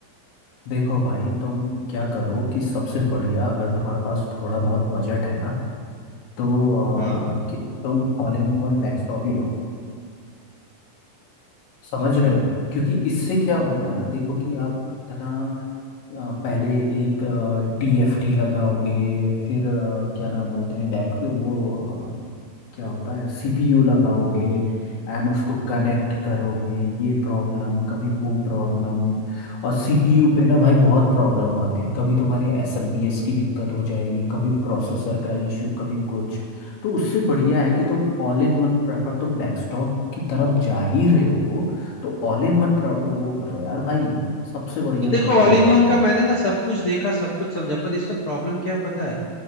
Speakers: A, on the left; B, on the left.
A: देखो भाई तुम क्या करो कि सबसे बढ़िया अगर तुम्हारे पास थोड़ा बहुत बजट है ना तो
B: हाँ
A: अ, कि तुम ऑल इन वन डेस्कटॉप ही लो समझ
B: अच्छा
A: रहे हो क्योंकि इससे क्या होगा ना देखो कि आप इतना अ, पहले एक टीएफटी लगाओगे फिर अ, क्या नाम बोलते हैं डेक वो अ, क्या होता है सीपीयू लगाओगे एंड उसको कनेक्ट करोगे ये प्रॉब्लम कभी वो प्रॉब्लम और सीपीयू पे ना भाई बहुत प्रॉब्लम आते हैं कभी तुम्हारे एसएमपीएस की दिक्कत हो जाएगी कभी प्रोसेसर का इशू कभी कुछ तो उससे बढ़िया है कि तुम ऑल इन वन प्रेफर तुम डेस्कटॉप की तरफ जा ही रहे हो तो ऑल इन वन वो करो यार भाई सबसे बढ़िया
B: देखो
A: मैं ये
B: ऑल
A: बोल
B: इन
A: रहा
B: वन
A: हूँ
B: का
A: आप
B: मैंने ना सब कुछ देखा सब कुछ समझा पर इसमें प्रॉब्लम क्या है पता है